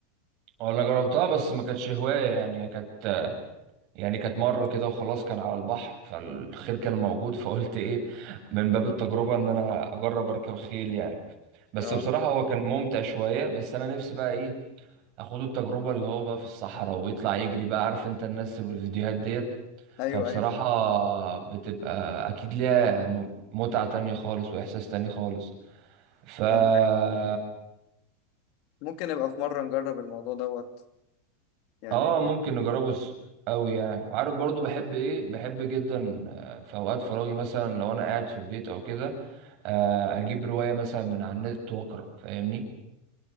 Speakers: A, on the right (about 40°); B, on the left (about 45°).
A: انا جربتها بس ما كانتش هوايه يعني كانت يعني كانت مره كده وخلاص كان على البحر فالخير كان موجود فقلت ايه من باب التجربه ان انا اجرب اركب خيل يعني بس
B: اه
A: بصراحة هو كان ممتع شوية بس أنا نفسي بقى إيه أخد التجربة اللي هو بقى في الصحراء ويطلع يجري بقى عارف أنت الناس اللي في الفيديوهات ديت
B: ايوه
A: فبصراحة
B: ايوه
A: بتبقى أكيد ليها مم- متعة تانية خالص وإحساس تاني خالص فا
B: آه، ممكن نبقى في مره نجرب الموضوع دوت يعني
A: آه ممكن نجربه س- أوي يعني وعارف برضو بحب إيه بحب جدا آه، في أوقات فراغي مثلا لو أنا قاعد في البيت أو كده آه، أجيب رواية مثلا من على النت وأقرأ فاهمني